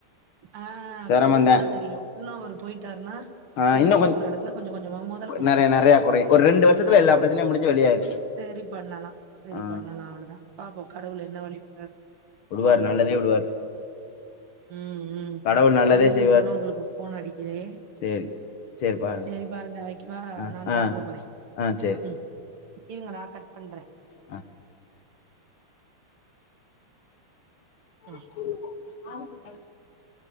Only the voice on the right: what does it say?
ஆ
பெருசா தெரியு இன்னு அவர் போயிட்டாருனா
நீ
வட்டி
கொடுக்குற எடத்துல கொஞ்சம் கொஞ்சமா மொதல்ல குடுப்பே
ஆ
சரி பண்ணலா சரி
பண்ணலா அவ்வளவுதா பாப்போ கடவுள் என்ன வழிக்கிராரு
பாப்போ
உம் உம்
நல்லது
விட்டோனா ஒங்களுக்கு போன் அடிக்கிறே
சரிப்பாருங்க வக்கவா
நானு
சாப்ட போறே
ம் இருங்க நா கட் பண்றே <inaudible>
ம்.